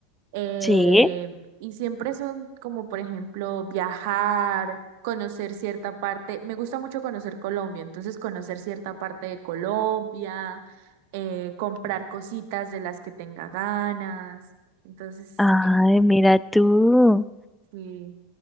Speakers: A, on the right; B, in the centre.
A: eh,
B: Sí.
A: y siempre son como, por ejemplo, viajar, conocer cierta parte. Me gusta mucho conocer Colombia, entonces conocer cierta parte de Colombia, eh, comprar cositas de las que tenga ganas. Entonces,
B: Ay,
A: eh,
B: mira tú.
A: sí.